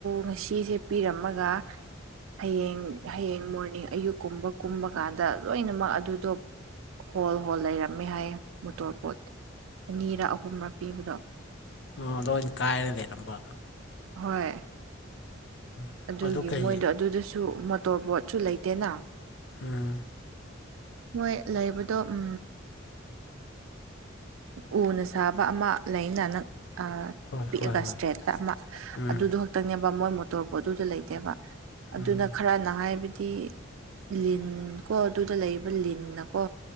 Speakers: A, on the right (about 80°); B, on the left (about 60°).
A: ꯉꯁꯤꯁꯦ ꯄꯤꯔꯝꯃꯒ ꯍꯌꯦꯡ ꯍꯌꯦꯡ ꯃꯣꯔꯅꯤꯡ ꯑꯌꯨꯛ ꯀꯨꯝꯕ ꯀꯨꯝꯕ ꯀꯥꯟꯗ ꯂꯣꯏꯅꯃꯛ ꯑꯗꯨꯗꯣ ꯍꯣꯜ ꯍꯣꯜ ꯂꯩꯔꯝꯃꯦ ꯍꯥꯏꯌꯦ ꯃꯣꯇꯣꯔ ꯄꯣꯠ ꯑꯅꯤꯔ ꯑꯍꯨꯝꯔ ꯄꯤꯕꯗꯣ
B: ꯑꯣ ꯂꯣꯏꯅ ꯀꯥꯏꯔꯒ ꯂꯩꯔꯝꯕ
A: ꯍꯣꯏ
B: ꯎꯝ
A: ꯑꯗꯨꯒꯤ
B: ꯑꯗꯨ ꯀꯩ
A: ꯃꯣꯏꯗꯣ ꯑꯗꯨꯗꯁꯨ ꯃꯣꯇꯣꯔꯕꯣꯠꯁꯨ ꯂꯩꯇꯦꯅ
B: ꯎꯝ
A: ꯃꯣꯏ ꯂꯩꯕꯗꯣ ꯎ ꯎ ꯎꯅ ꯁꯥꯕ ꯑꯃ ꯂꯩꯅ ꯅꯪ
B: ꯍꯣꯏ
A: ꯄꯤꯛꯑꯒ
B: ꯍꯣꯏ ꯍꯣꯏ
A: ꯏꯁꯇ꯭ꯔꯦꯠꯇ ꯑꯃ
B: ꯎꯝ
A: ꯑꯗꯨꯗꯣ ꯈꯛꯇꯪꯅꯦ ꯃꯣꯏ ꯃꯣꯇꯣꯔ ꯕꯣꯠꯇꯨꯗ ꯂꯩꯇꯦꯕ ꯑꯗꯨꯅ
B: ꯎꯝ
A: ꯈꯔꯅ ꯍꯥꯏꯕꯗꯤ ꯂꯤꯟ ꯀꯣ ꯑꯗꯨꯗ ꯂꯩꯕ ꯂꯤꯟꯅꯀꯣ